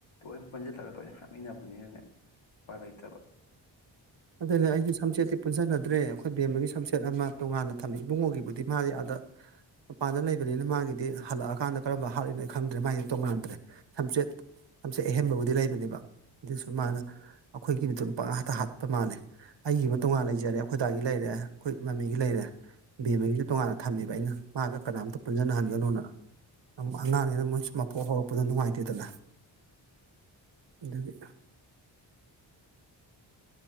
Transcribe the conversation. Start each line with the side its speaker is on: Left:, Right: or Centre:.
Left: ꯂꯣꯏꯅ ꯄꯨꯟꯁꯤꯜꯂꯒ ꯂꯣꯏꯅ ꯍꯥꯞꯃꯤꯟꯅꯕꯅꯤꯅꯅꯦ ꯎꯄꯥ ꯂꯩꯇꯕ
Right: ꯑꯗꯨꯅꯦ ꯑꯩꯁꯨ ꯁꯝꯆꯦꯠꯇꯤ ꯄꯨꯟꯖꯟꯅꯗ꯭ꯔꯦ ꯑꯩꯈꯣꯏ ꯕꯦꯝꯕꯒꯤ ꯁꯝꯆꯦꯠ ꯑꯃ ꯇꯣꯉꯥꯟꯅ ꯊꯝꯃꯤ ꯏꯕꯨꯡꯉꯣꯒꯤꯕꯨꯗꯤ ꯃꯥꯗꯤ ꯑꯥꯗ ꯃꯄꯥꯟꯗ ꯂꯩꯕꯅꯤꯅ ꯃꯥꯒꯤꯗꯤ ꯍꯜꯂꯛꯑꯀꯥꯟꯗ ꯀꯔꯝꯕ ꯍꯥꯠꯂꯤꯅꯣ ꯈꯪꯗ꯭ꯔꯦ ꯃꯥꯒꯤꯗꯤ ꯇꯣꯡꯉꯥꯟꯗ꯭ꯔꯦ ꯁꯝꯆꯦꯠ ꯁꯝꯆꯦꯠ ꯑꯍꯦꯟꯕꯕꯨꯗꯤ ꯂꯩꯕꯅꯦꯕ ꯑꯗꯨꯁꯨ ꯃꯥꯅ ꯑꯩꯈꯣꯏꯒꯤ ꯄꯥꯛ ꯍꯥꯠꯇ ꯍꯥꯠꯄ ꯃꯥꯜꯂꯦ ꯑꯩꯒꯤ ꯑꯃ ꯇꯣꯉꯥꯟꯅ ꯂꯩꯖꯔꯦ ꯑꯩꯈꯣꯏꯗꯥꯏꯒꯤ ꯂꯩꯔꯦ ꯑꯩꯈꯣꯏ ꯃꯃꯤꯒꯤ ꯂꯩꯔꯦ ꯕꯦꯝꯃꯒꯤꯁꯨ ꯇꯣꯉꯥꯟꯅ ꯊꯝꯃꯦꯕ ꯑꯩꯅ ꯃꯥꯒ ꯀꯅꯥꯝꯇ ꯄꯨꯟꯁꯤꯟꯅꯍꯟꯒꯅꯣꯅ ꯑꯉꯥꯡꯅꯦꯅ ꯃꯣꯏ ꯃꯄꯣꯛ ꯍꯧꯔꯛꯄꯗ ꯅꯨꯡꯉꯥꯏꯇꯦꯗꯅ ꯑꯗꯨꯒꯤ